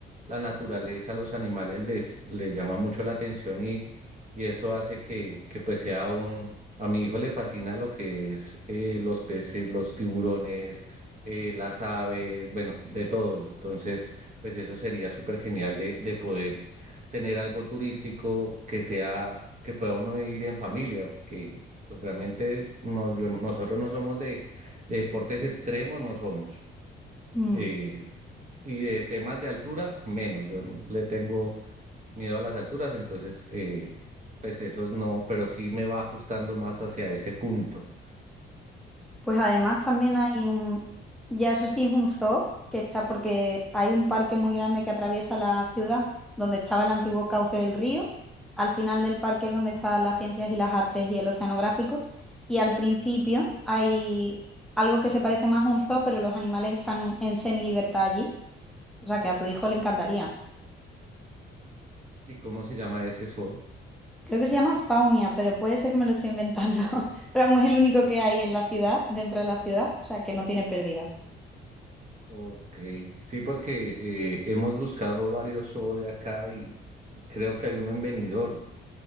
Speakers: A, on the right (about 40°); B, in the centre.
A: la naturaleza, los animales les, les llama mucho la atención y, y eso hace que, que pues sea un... A mi hijo le fascina lo que es eh, los peces, los tiburones, eh, las aves, bueno, de todo. Entonces, pues eso sería súper genial de, de poder tener algo turístico que sea, que pueda uno ir en familia, que pues, realmente no, yo- nosotros no somos de de deportes extremos no somos.
B: Mm.
A: eh, y de temas de altura, menos. Yo n- le tengo miedo a las alturas, entonces, eh, pues esos no, pero sí me va ajustando más hacia ese punto.
B: Pues además también hay un, ya eso sí es un zoo que está porque hay un parque muy grande que atraviesa la ciudad donde estaba el antiguo cauce del río. Al final del parque es donde están las ciencias y las artes y el oceanográfico. Y al principio hay algo que se parece más a un zoo, pero los animales están en semi-libertad allí. O sea que a tu hijo le encantaría.
A: ¿Y cómo se llama ese zoo?
B: Creo que se llama Faunia, pero puede ser que me lo estoy inventando. <laughs> Pero vamos, es el único que hay en la ciudad, dentro de la ciudad, o sea que no tiene pérdida.
A: Ok, sí, porque eh, hemos buscado varios zoos de acá y creo que hay uno en Benidorm.